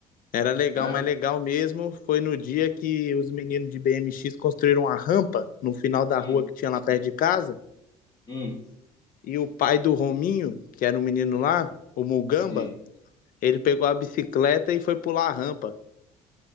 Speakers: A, on the left (about 50°); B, on the left (about 30°).
A: Era legal,
B: sabe?
A: mas legal mesmo foi no dia que os meninos de BMX construíram uma rampa no final da
B: Hum,
A: rua que tinha lá perto de casa.
B: hum,
A: E o pai do Rominho, que era o menino lá, o Mugamba,
B: sim.
A: ele pegou a bicicleta e foi pular a rampa.